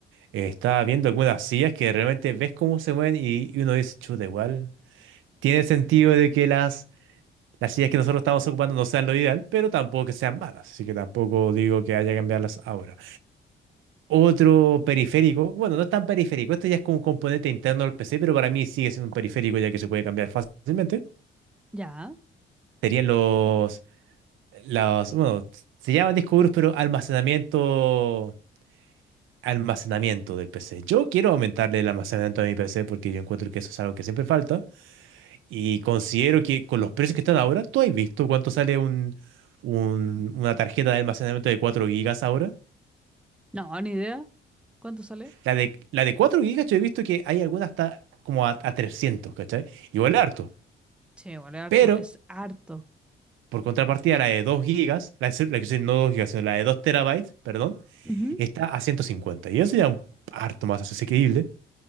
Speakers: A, on the right; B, in the centre.
A: eh, está viendo algunas sillas que realmente ves cómo se mueven y, y uno dice, chuta, igual. tiene sentido de que las, las sillas que nosotros estamos ocupando no sean lo ideal, pero tampoco que sean malas, así que tampoco digo que haya que cambiarlas ahora. Otro periférico, bueno, no es tan periférico, este ya es como un componente interno del PC, pero para mí sigue siendo un periférico ya que se puede cambiar fácilmente.
B: Ya.
A: Serían los, los, bueno, se llaman discos duros, pero almacenamiento, almacenamiento del PC. Yo quiero aumentarle el almacenamiento de mi PC porque yo encuentro que eso es algo que siempre falta. Y considero que con los precios que están ahora, ¿tú has visto cuánto sale un, un- una tarjeta de almacenamiento de 4 gigas ahora?
B: No, ni idea. ¿Cuánto sale?
A: La de, la de 4 gigas yo he visto que hay algunas hasta como a, a 300, ¿cachai? Igual es harto.
B: Sí, igual es harto,
A: Pero,
B: es harto.
A: por contrapartida, la de 2 gigas, la, de- la que no 2 gigas, sino la de 2 terabytes, perdón,
B: Ujú.
A: está a ciento cincuenta Y eso ya es harto más asequible.